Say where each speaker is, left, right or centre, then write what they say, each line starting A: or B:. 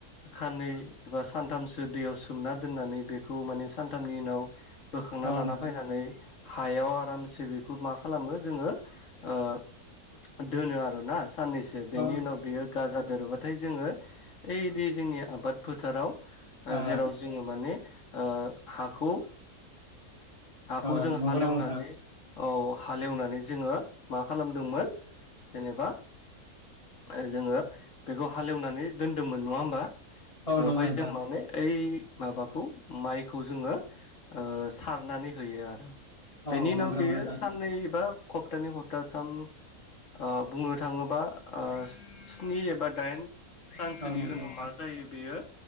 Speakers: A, on the left; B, on the left.
A: खानै एबा सानथामसो दैयाव सोमना दोननानै बेखौ माने सानथामनि उनाव। बोखांना
B: औ
A: लाना
B: नोंथां
A: फायनानै हायाव आरामसे बेखौ मा खालामो जोङो ओ दोनो आरो। ना साननैसो बेनि
B: अ
A: उनाव बियो गाजा बेरबा थाय जोङो ओइदि जोंनि आबाद फोथाराव ओ
B: अ
A: जेराव जोङो माने ओ हाखौ हाखौ
B: अ
A: जों
B: नंगौ
A: हालेवनानै
B: नामा नोंथां
A: औ हालेवनानै जोङो मा खालामदोंमोन जेनेबा ओ जोङो बेखौ हालेवनानै दोन्दोंमोन नङा होमबा।
B: औ
A: बेवहाय
B: नंगौ नोंथां
A: जों माने ओइ माबाखौ मायखौ जोङो ओ सार नानै होयो आरो।
B: औ
A: बेनि उनाव
B: नंगौ नामा
A: बेयो
B: नोंथां
A: साननै बा खप्थानि खप्थाथाम ओ बुंनो थाङोबा ओ स्नि एबा दाइन सानसोनि
B: औ नंगौ
A: उनाव
B: नामा नोंथां
A: मा जायो बेयो